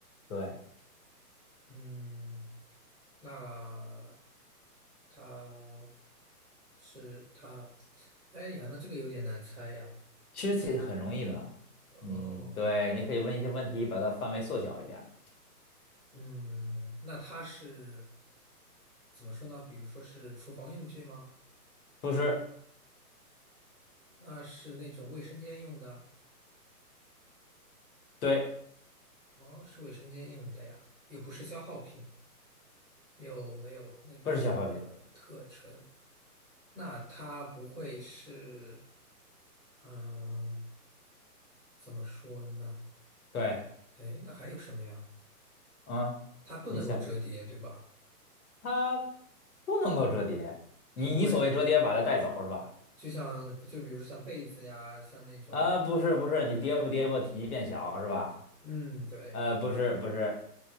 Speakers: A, on the left (about 65°); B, in the centre.
A: 对，
B: 嗯。那它是它？哎呀，那这个有点难猜呀。
A: 其实这很容易的，
B: 哦，
A: 你对，你可以问一些问题，把它范围缩小一点儿
B: 嗯，那它是怎么说呢？比如说是厨房用具吗？
A: 不是，
B: 那是那种卫生间用的？
A: 对，
B: 哦，是卫生间用的呀，又不是消耗品，又没有那个特征。
A: 不是消耗品，
B: 那它不会是，嗯、怎么说呢？
A: 对，
B: 哎，那还有什么呀？
A: 嗯。
B: 它不能够折叠，
A: 你想。
B: 对吧？
A: 它不能够折叠。你你所谓折叠，
B: 就不会，
A: 把它带走是吧？
B: 就像就比如说像被子呀，像那种，
A: 啊，不是不是，你叠不叠不，体积变小是吧？
B: 嗯，对，
A: 呃，不是不是，